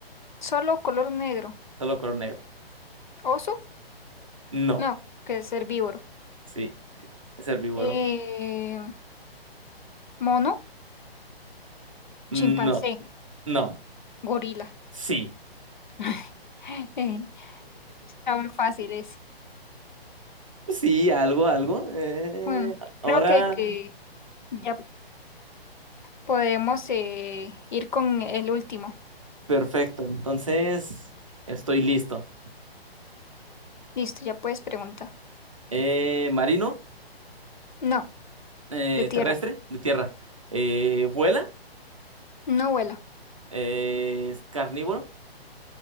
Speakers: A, on the left; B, on the right.
A: Solo color negro.
B: Solo color negro.
A: Oso,
B: No.
A: no, que es herbívoro.
B: Sí. Es herbívoro.
A: Eh, mono,
B: No.
A: chimpancé,
B: No.
A: gorila.
B: Sí.
A: <laughs> Eh, Está muy fácil ese.
B: Sí, algo, algo. Eh,
A: Bueno,
B: ahora,
A: creo que, que ya podemos eh, ir con el último.
B: perfecto. Entonces, estoy listo.
A: Listo, ya puedes preguntar.
B: Eh, marino,
A: No,
B: eh,
A: de tierra.
B: terrestre, de tierra. Eh, vuela,
A: No vuela.
B: eh, es carnívoro.